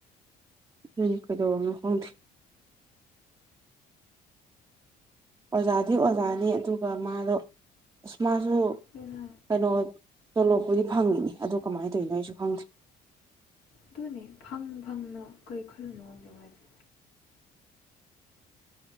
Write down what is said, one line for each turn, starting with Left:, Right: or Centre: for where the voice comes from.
Right: ꯎꯝ ꯀꯩꯗꯧꯔꯝꯅ ꯈꯪꯗ꯭ꯔꯦ ꯑꯣꯖꯥꯗꯤ ꯑꯣꯖꯥꯅꯤ ꯑꯗꯨꯒ ꯃꯥꯗꯣ ꯑꯁ ꯃꯥꯁꯨ
Left: ꯑꯗꯨꯅ
Right: ꯀꯩꯅꯣ ꯇꯣꯂꯣꯄꯨꯗꯤ ꯐꯪꯉꯤꯅꯤ ꯑꯗꯨ ꯀꯃꯥꯏꯅ ꯇꯧꯔꯤꯅꯣ ꯑꯩꯁꯨ ꯈꯪꯗ꯭ꯔꯦ
Left: ꯑꯗꯨꯅꯦ ꯐꯪ ꯐꯪꯅ ꯀꯔꯤ ꯈꯜꯂꯨꯅꯣ ꯈꯪꯗꯦꯅꯣ ꯍꯥꯏꯗꯤ